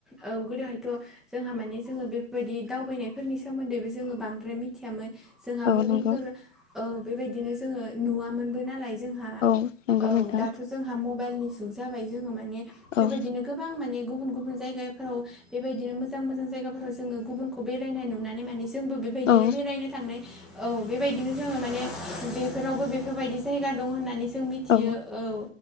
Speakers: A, in the centre; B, on the left.
A: औ गोदोहायथ' जोंहा माने जोङो बेफोरबायदि दावबायनायफोरनि सोमोन्दैबो जोङो बांद्राय मि थियामोन जोंहा
B: औ
A: मबेइलफोर
B: नंगौ
A: ओ बेबायदिनो जोङो नुवा मोनबो नालाय जों हा
B: औ नंगौ
A: औ,
B: नोंथां
A: दाथ' जोंहा मबाइलनि जुग जाबाय जोङो माने बेबायदिनो
B: औ
A: गोबां माने गुबुन गुबुन जायगाफोराव बेबायदिनो मोजां मोजां जायगाफोराव जोङो गुबुनखौ बेरायनाय नुनानै माने जोंबो बे बायदिनो
B: औ
A: बेरायनो थांनाय औ, बेबायदिनो जोङो माने बेफोरावबो बेफोरबायदि जायगा दं होन्नानै जों मिथियो
B: औ
A: औ।